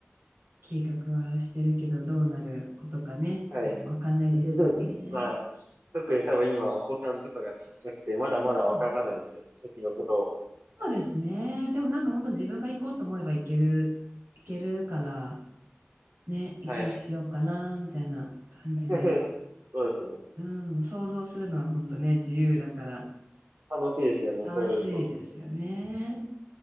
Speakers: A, on the right; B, on the right.
A: 計画はしてるけど、どうなることかね、
B: はい。
A: もうわかんないですよね。
B: <laughs> まあ、特に多分今お子さんとかがちっちゃくて、まだまだわからないですよね、
A: うんうん
B: 先のことを。
A: そうですね。でもなんか本当自分が行こうと思えば行ける、行けるから、ね、いつにしようかなみたいな感じで、
B: はい。<laughs> そうですね。
A: うん、想像するのは本当ね、自由だから
B: 楽しいですよね、
A: 楽しいですよね。
B: そういう想像する。